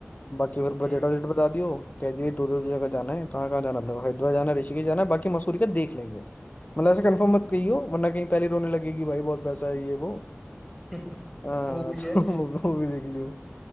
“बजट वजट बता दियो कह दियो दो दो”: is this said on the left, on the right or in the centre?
Left